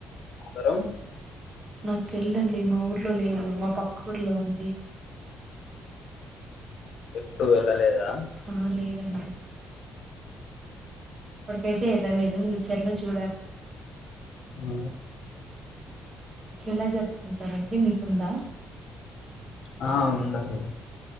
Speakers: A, on the left; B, on the right.
A: కరం
B: నాకు తెల్దు అండి మా ఊర్లో లేదు మా పక్క ఊర్లో ఉంది
A: ఎప్పుడు వెళ్ళలేదా
B: ఆ లేదండి ఇప్పటికైతే వెళ్ళలేదు వ్యుచర్ లో చూడాలి
A: ఆ
B: ఎలా జరుపుకుంటారండి మీకుందా
A: ఆ వుందండి